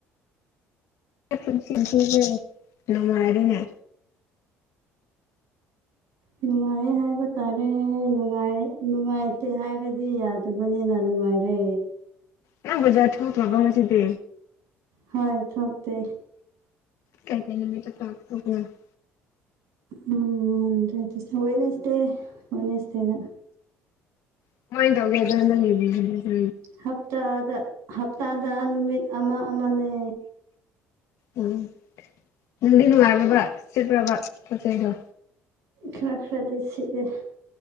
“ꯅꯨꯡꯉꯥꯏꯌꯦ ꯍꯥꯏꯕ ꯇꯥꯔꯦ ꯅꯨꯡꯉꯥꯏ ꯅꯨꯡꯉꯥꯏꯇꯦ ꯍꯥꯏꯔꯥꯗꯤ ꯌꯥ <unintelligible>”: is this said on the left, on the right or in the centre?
Right